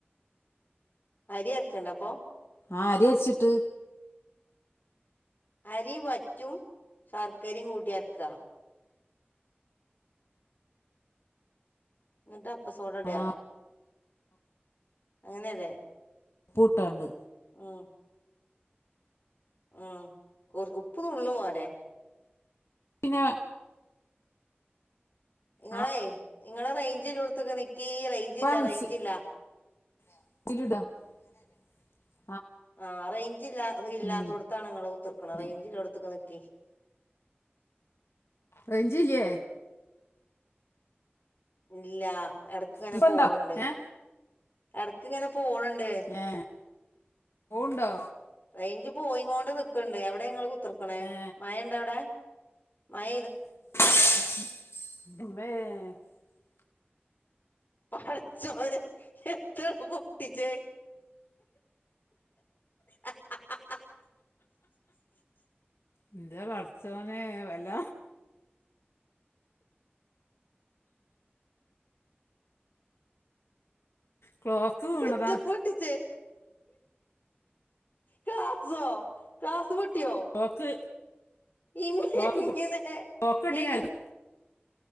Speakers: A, on the left; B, on the left.
A: അരിയരക്കണ്ടെ അപ്പൊ
B: ആഹ് അരി അരിച്ചിട്ട്
A: അരി വറ്റും ശർക്കരയും കൂട്ടിയരക്ക്അ ഇന്നിട്ട് അപ്പസോടട്ആ
B: ആ
A: അങ്ങനെയല്ലേ
B: ഉപ്പുട്ടാണ്ട്
A: ആഹ് ഉം കൊറ ഉപ്പ് നുള്ളുപോരെ
B: പിന്നെ
A: നിങ്ങളെ
B: ആ
A: ഇങ്ങള് റേഞ്ചുള്ളോടത്തിക്ക് നിക്കീ റേഞ്ചില്ല
B: ഉപ്പ മിക്സിലിടാ
A: റേഞ്ചില്ല
B: <unintelligible>
A: ആ റേഞ്ചില്ല ഇല്ലാത്തോടത്താണ്
B: ഉം
A: നിങ്ങൾ കുത്ത്ർക്കണെ
B: മതി
A: റേഞ്ചില്ലോടുത്ത്ക്ക് നിക്കീ <inaudible>
B: റേഞ്ചില്ല്യേ
A: ഇല്ല എടക്ക്ങ്ങനെ
B: ഇപ്പണ്ടോ
A: പോണുണ്ട്
B: ഏ
A: എടക്ക്ങ്ങനെ പോണ്‌ണ്ട്
B: ഏഹ് പോവുണ്ടോ
A: റേഞ്ച് പോയി കൊണ്ട് നിക്കണ്ട് എവിടെ ങ്ങൾ കുത്തിർക്കണേ
B: ഏ
A: മഴ ഇണ്ട അവിടെ മഴ
B: മ <unintelligible>
A: പടച്ചോനെ എത്താ പൊട്ടിച്ചേ ആ <unintelligible>
B: എന്റെ പടച്ചോനെ വല്ല ക്ലോക്ക് വീണതാ
A: എത്ത പൊട്ടിച്ചേ ക്ലാസോ ക്ലാസ പൊ ട്യോ
B: ക്ലോക്ക്
A: ഇമ്മേ
B: ക്ലോക്ക്
A: എങ്ങനെ
B: ക്ലോക്ക് ഉണ്ടെങ്കിൽ
A: എങ്ങ
B: അൽ-